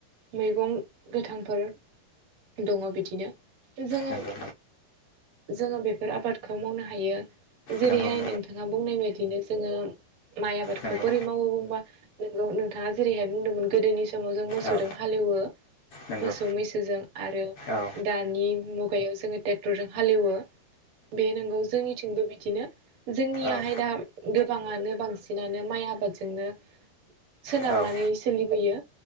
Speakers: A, on the right; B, on the left.
A: मैगं गोथांफोर दङ बिदिनो जोङो
B: नंगौ
A: जोङो बेफोर आबादखौ मावनो हायो जेरैहाय
B: नंगौ नंगौ
A: नोंथाङा बुंनाय बायदिनो जोङो माइ आबादखौ
B: नंगौ
A: बोरै मावो बुंबा नोंगौ नोंथाङा जेरैहाय बुंदोंमोन गोदोनि सम समाव जों मोसौजों
B: औ
A: हालेवो
B: नंगौ
A: मोसौ मैसोजों आरो
B: औ
A: दानि मुग मुगायाव जोङो ट्रेक्टरजों हालेवो बे नंगौ जोंनिथिंबो बिदिनो। जोंनियाहाय
B: औ
A: दा गोबाङानो बांसिनानो माइ आबादजोंनो सोनारनानै
B: औ
A: सोलिबोयो।